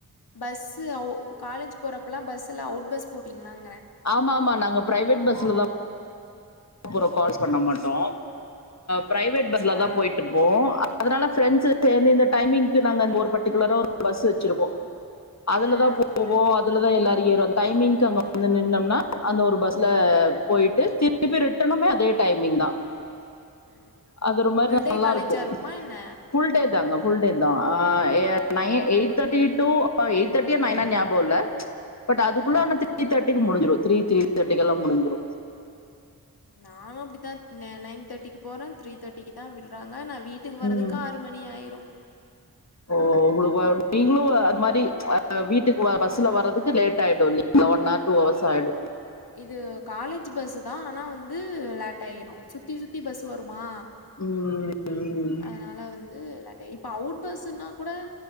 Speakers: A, on the left; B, on the left.
A: பஸ்ஸு ஒ காலேஜ் போறப்பல்லா பஸ்ஸுல அவுட் பஸ் போவீங்களாங்கிறே
B: ஆமா ஆமா நாங்க பிரைவேட் பஸ்ல தா அப்புறோ கால் பண்ண மாட்டோ பிரைவேட் பஸ்ல
A: ஆ
B: தா போயிட்ருப் போ அதனால ஃப்ரெண்ட்ஸ்ஸு சேந்து இந்த டைமிங்க்கு நாங்க அங்க ஒரு பர்டிகுலரா ஒரு பஸ் வச்சிருப்போ அதுலதா
A: ஆ
B: போவோ இதுல தா எல்லோரு ஏறும் டைமிங்கு அங்க வந்து நின்னம்னா அந்த ஒரு பஸ்ல போயிட்டு திர் திருப்பி ரிட்டனுமே அதே டைமிங்தான்
A: ம்
B: அது ஒரு மாரி
A: ஃபுல் டே
B: நல்லா
A: காலேஜா
B: இருக்கு
A: இருக்குமா என்ன
B: ஃபுல் டேதாங்க ஃபுல் டேதான் அ nine eight thirty to eight தேர்ட்டியா நைனா ஞாபகோ இல்ல ம்ச் பட் அதுக்குள்ள
A: ம்
B: ஆன த்ரீ தேர்டிக்கு முடிஞ்சிரு த்ரீ த்ரீ தேர்டிக்கு எல்லா முடிஞ்சிரு
A: நானு அப்டித்தான் நைன் தேர்டிக்கு போறன் த்ரீ தேர்டிக்குதான் விட்றாங்க நா வீட்டுக்கு வராறதுக்கு
B: ம்
A: ஆ ஒரு மணி ஆயிரு
B: ஓ உங்களுக்குவ நீங்களு அது மாரி ம்ச் அ வீட்டுக்குவ பஸ்ல வர்றதுக்கு லேட் ஆயிடு நீ அந்த ஒன் ஹவர் டூ ஹவர்ஸ் ஆயிடு
A: இது காலேஜ் பஸ்ஸு தா ஆனா வந்து லேட் ஆயிடு சுத்தி சுத்தி பஸ்ஸு வருமா
B: ம் ம்
A: அதனால வந்து இப்ப அவுட் பஸ்ன்னா கூட